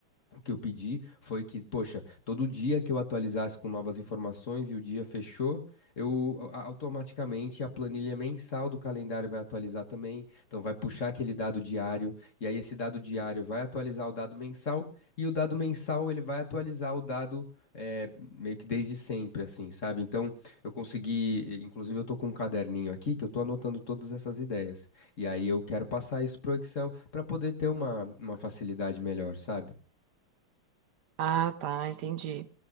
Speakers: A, on the left (about 40°); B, on the right (about 60°).
A: o que eu pedi foi que, poxa, todo dia que eu atualizasse com novas informações e o dia fechou, eu a- automaticamente a planilha mensal do calendário vai atualizar também. Então vai puxar aquele dado diário e aí esse dado diário vai atualizar o dado mensal e o dado mensal ele vai atualizar o dado eh, meio que desde sempre, assim, sabe? Então eu consegui, eh, inclusive eu tô com um caderninho aqui que eu tô anotando todas essas ideias. E aí eu quero passar isso pro Excel para poder ter uma, uma facilidade melhor, sabe?
B: Ah, tá, entendi.